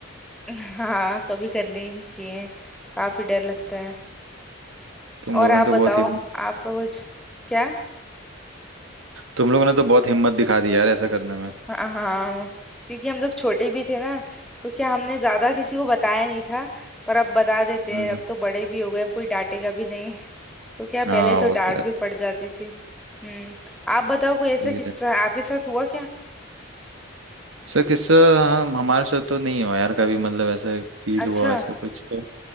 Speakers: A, in the centre; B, on the right.
A: <laughs> हाँ कभी करने ही नहीं चाहिए काफी डर लगता है
B: तुम
A: और
B: लोगों
A: आप
B: ने तो
A: बताओ
B: बहुत ही
A: आपका कुछ क्या
B: तुम लोगों ने तो बहुत हिम्मत दिखा दी यार ऐसा करने में
A: हाँ क्योंकि हम लोग छोटे भी थे ना तो क्या हमने ज्यादा किसी को बताया नहीं था पर अब बता देते
B: हम्म।
A: हैं अब तो बड़े भी हो गए अब कोई डांटेगा भी नहीं तो क्या पहले
B: हाँ
A: तो
B: वो तो
A: डांट
B: है
A: भी पड़ जाती थी हम्म आप बताओ कोई
B: सही
A: ऐसा किस्सा
B: है
A: आपके साथ हुआ क्या
B: ऐसा किस्सा हम हमारे साथ तो नहीं हुआ यार कभी मतलब ऐसा फील
A: अच्छा
B: हुआ ऐसा कुछ तो